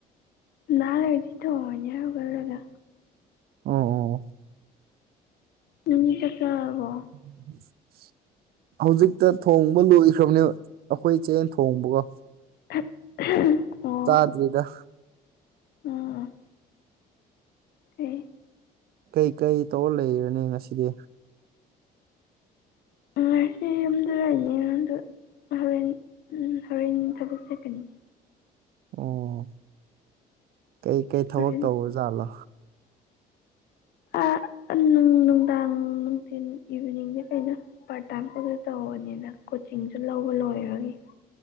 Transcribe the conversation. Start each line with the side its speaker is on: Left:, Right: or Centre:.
Left: ꯂ ꯂꯩꯗꯤ ꯇꯧꯔꯅꯤ ꯍꯧꯒꯠꯂꯒ
Right: ꯑꯣ ꯑꯣ ꯑꯣ
Left: ꯅꯪꯗꯤ ꯆꯥꯛ ꯆꯥꯔꯕꯣ
Right: <inaudible> ꯍꯧꯖꯤꯛꯇ ꯊꯣꯡꯕ ꯂꯣꯏꯈ꯭ꯔꯕꯅꯦꯕ ꯑꯈꯣꯏ ꯏꯆꯦ ꯊꯣꯡꯕꯒꯣ
Left: ꯑꯣ
Right: ꯗꯔꯤꯗ
Left: ꯑꯣ ꯑꯣ ꯀꯩ
Right: ꯀꯩ ꯀꯩ ꯇꯧꯔ ꯂꯩꯔꯅꯤ ꯉꯁꯤꯗꯤ
Left: ꯉꯁꯤ ꯌꯨꯝꯗ ꯂꯩꯅꯣ ꯑꯗꯣ ꯍꯣꯔꯦꯟ ꯍꯣꯔꯦꯟ ꯊꯕꯛ ꯆ ꯀꯅꯤ
Right: ꯑꯣ ꯀꯩ ꯀꯩ ꯊꯕꯛ
Left: ꯍꯣꯔꯦꯟ
Right: ꯇꯧꯔꯖꯥꯠꯂꯣ
Left: ꯑ ꯅꯨꯡ ꯅꯨꯡꯗꯥꯡ ꯅꯨꯡꯊꯤꯟ ꯏꯚꯤꯅꯤꯡꯗ ꯀꯩꯩꯅꯣ ꯄꯥꯔꯠ ꯇꯥꯏꯝ ꯈꯛꯇ ꯇꯧꯕꯅꯤꯅ ꯀꯣꯆꯤꯡꯁꯨ ꯂꯧꯕ ꯂꯣꯏꯕꯒꯤ